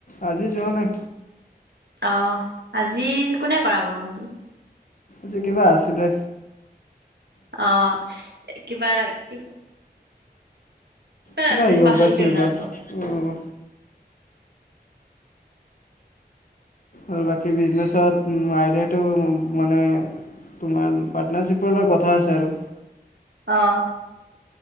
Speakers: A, on the left (about 50°); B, on the right (about 75°).
A: আজি যোৱা নাই।
B: অ, আজি কোনে কৰা বনো?
A: যে কিবা আছিলে?
B: অ', কিবা কি, কি বাত
A: কিবা
B: আছিল
A: য়োগা
B: পাহৰি
A: চোগা
B: গলো নামটো।
A: অ' আৰু বাকী বিজনেচত, আইডিয়াটো মানে তোমাৰ পাৰ্টনাৰশ্বিপৰ লগত কথা আছে আৰু।
B: অ, '।